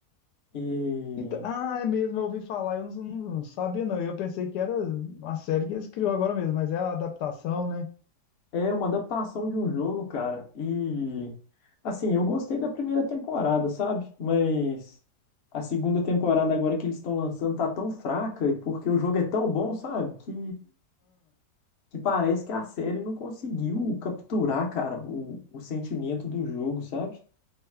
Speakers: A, on the left (about 50°); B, on the left (about 75°).
A: E
B: Então, ah, é mesmo, eu ouvi falar, eu não, não- não sabia não, eu pensei que era uma série que eles criou agora mesmo, mas é a adaptação, né?
A: É uma adaptação de um jogo, cara. E assim, eu gostei da primeira temporada, sabe? Mas a segunda temporada agora que eles estão lançando tá tão fraca e porque o jogo é tão bom, sabe? Que que parece que a série não conseguiu capturar, cara, o, o sentimento do jogo, sabe?